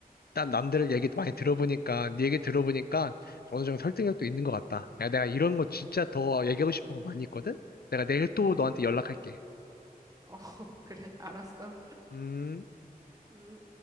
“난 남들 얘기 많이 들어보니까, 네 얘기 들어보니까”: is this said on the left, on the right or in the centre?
Left